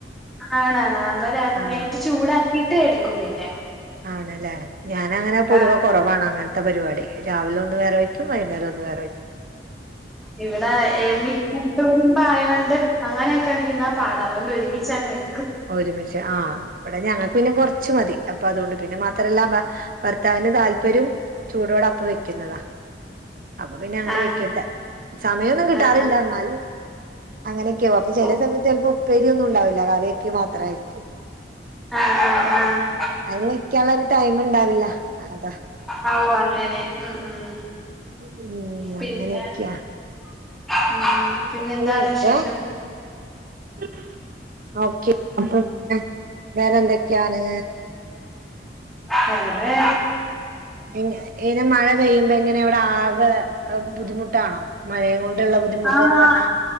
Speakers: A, in the centre; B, on the right.
A: ആണ് ആണ് അമ്മ രാ
B: ആഹ്
A: നൈറ്റ് ചൂടാ കീട്ട് എടുക്കും പിന്നെ
B: ആണല്ലേ ഞാനങ്ങനെ പൊതുവേ
A: ആഹ്
B: കൊറവാണ് അങ്ങനെ ത്തെ പരിപാടി രാവിലെ ഒന്ന് വേറെ വയ്ക്കും വൈനേരം ഒന്ന് വേറെ വയ്ക്കും
A: ഇവിടെ എമി കൂട്ടു കുടുംബം ആയോട്ട് അങ്ങനൊക്കെ നിക്കുന്നെ പാടാ അതോണ്ട് ഒരുമി ച്ചങ്ങ് വയ്
B: ഒരുമിച്ച് ആ ബടെ ഞങ്ങക്ക് പിന്നെ കൊറച്ച് മതി അപ്പോ അതോണ്ട് പിന്നെ മാത്രല്ല ഭർ ഭർത്താവിൻ്റെ താൽപര്യവും ചൂടോടെ അപ്പ വെക്കുന്നതാ അപ്പ പിന്നെ അങ്ങനെ
A: ആഹ്
B: വക്കുന്നതാ സമയം ഒന്നും കിട്ടാറില്ല
A: ആഹ് ആഹ്
B: ന്നാലും അങ്ങനിം ക്കാവും അപ്പോ ചെലസമയത്ത്
A: ഓ
B: എൽപ്പോ ഉപ്പേരി ഒന്നും ഉണ്ടാവില്ല കറിക്കെ മാത്രായിരിക്കും
A: ആഹ് ആഹ് ആഹ്
B: അയിനിക്കാള്ളരു ടൈമ് ഇണ്ടാവില്ല അതാ
A: ആ ഓ അങ്ങനെ ഉം ഉം
B: ഉം അങ്ങനേക്കയ
A: പിന്നെ <unintelligible> പിന്നെന്താണ്
B: <unintelligible>
A: വിശേഷം
B: ഓക്കെ <unintelligible> വേറ എന്തൊക്കെയാണ്
A: വേറേ
B: എങ്ങ്യാ ഏന മഴ പെയ്യുമ്പേയെങ്ങന അവിടെ ആക ആവ് പുതിമുട്ടാണോ മയേ ടുള്ള ബുദ്ധിമുട്ട്
A: ആഹ്
B: എന്നു പറഞ്ഞാ